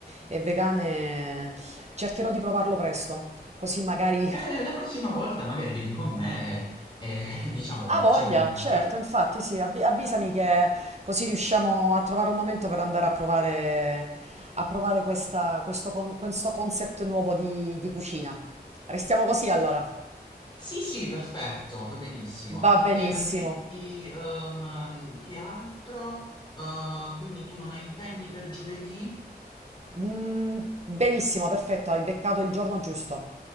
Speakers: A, on the right; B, on the left.
A: e vegane, cercherò di provarlo presto, così magari
B: Eh, la prossima volta magari vieni con me e, e, <laughs> diciamo,
A: Ha voglia,
B: ci andiamo insieme.
A: certo, infatti sì, avvi- avvisami che così riusciamo a trovare un momento per andare a provare, a provare questa- questo, con- questo concept nuovo di, di cucina. Restiamo così allora.
B: Sì, sì, perfetto, va benissimo.
A: Va benissimo.
B: E ma ti, ehm, mm, che altro? Eh, quindi tu non hai impegni per giovedì?
A: Mm, benissimo, perfetto, hai beccato il giorno giusto.